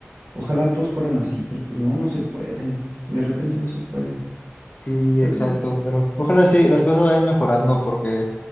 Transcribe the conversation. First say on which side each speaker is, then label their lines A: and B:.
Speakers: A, on the right; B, on the left.
A: ojalá todos fueran así, pero pues no, no se puede, de repente no se puede,
B: Sí,
A: pero
B: exacto,
A: bueno,
B: pero
A: pues
B: ojalá sí, las cosas vayan mejorando porque